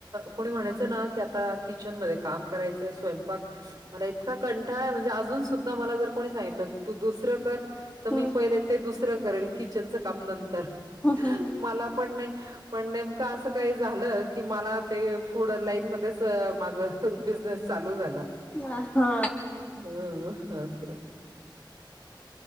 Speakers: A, on the right; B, on the left.
A: कोणी म्हणायचं ना की आता किचनमध्ये काम कराय स्वयंपाक मला इतका कंटाळा आहे म्हणजे अजून सुद्धा मला जर कोणी सांगितलं तू दुसरं कर तर मी
B: हम्म
A: पहिले ते दुसरं करेल किचनचं काम नंतर
B: हम्म
A: मला पण नाही पण नेमकं असं काही झालं की मला ते फूड लाईन मध्येच माझं बिझनेस चालू झाला.
B: अ हा.
A: हा अस.